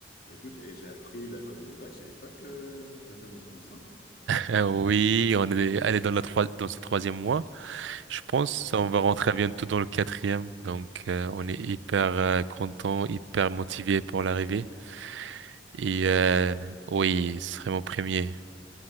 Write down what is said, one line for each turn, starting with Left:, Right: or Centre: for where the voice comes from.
Left: Bah, écoute, et j'ai appris la bonne nouvelle, je savais pas que ta femme était enceinte.
Right: Euh, oui, on est allé dans la troi- dans ce troisième mois. Je pense
Left: Ah,
Right: on va rentrer bientôt dans le quatrième. Donc, euh, on est hyper euh, content, hyper motivé pour l'arrivée. Et
Left: c'est
Right: euh,
Left: vrai.
Right: oui, ce serait mon premier.